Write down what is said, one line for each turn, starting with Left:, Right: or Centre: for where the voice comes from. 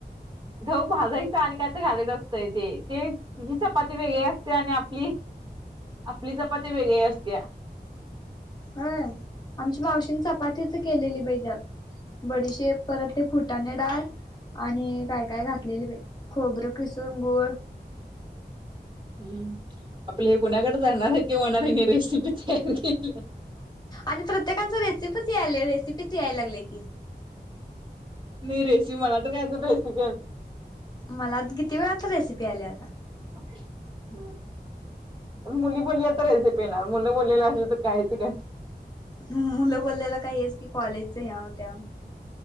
Right: गहू भाजायच आणि काय तर घालायच असतंय ते तिची चपाती वेगळी असते आणि आप आपली चपाती वेगळी असते
Left: होय आमच्या मावशीने चपातीच केलेली बाई त्यात बडीशेप परत ते फुट फुटाणे डाळ आणि काय काय घातलेली बाई खोबरं किसून गूळ
Right: हम्म आपले गुन्ह्याकडे जाणार आहे ते होणार आहे रेसिपी <unintelligible> केल्या.
Left: आणि प्रत्येकच रेसिपीच यायले रेसिपीच याय लागले की
Right: बडीशेप परत ते फु
Left: मला आधी किती वेळाता रेसिपी आली आता
Right: हम्म हम् मुली बोलल्या तर रायचे पेणार मुलं बोललेला असेल तर कायच का <unintelligible>
Left: मुलं बोललेला काही आहे की कॉलेजच ह्याव त्याव